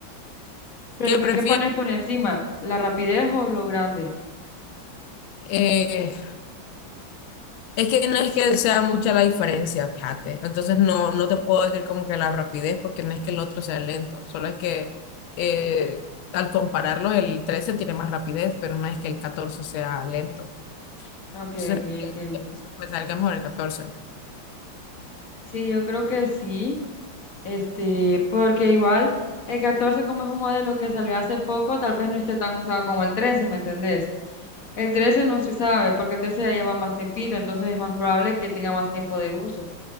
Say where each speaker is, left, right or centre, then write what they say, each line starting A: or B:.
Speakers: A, on the left; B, on the left.
A: Prefe-
B: ¿Qué prefieres?
A: ¿qué pones por encima? ¿La rapidez o lo grande?
B: Eh, es que no es que sea mucha la diferencia, fíjate. Entonces no, no te puedo decir como que la rapidez, porque no es que el otro sea lento, solo es que eh, al compararlo el 13 tiene más rapidez, pero no es que el 14 sea lento.
A: Ok,
B: Entonces
A: ok, entiendo.
B: me salga mejor el catorce
A: Sí, yo creo que sí. Este, porque igual el catorce como es un modelo que salió hace poco, tal vez no esté tan usado como el trece ¿me entendés? El 13 no se sabe, porque el 13 ya lleva más tiempito, entonces es más probable que tenga más tiempo de uso.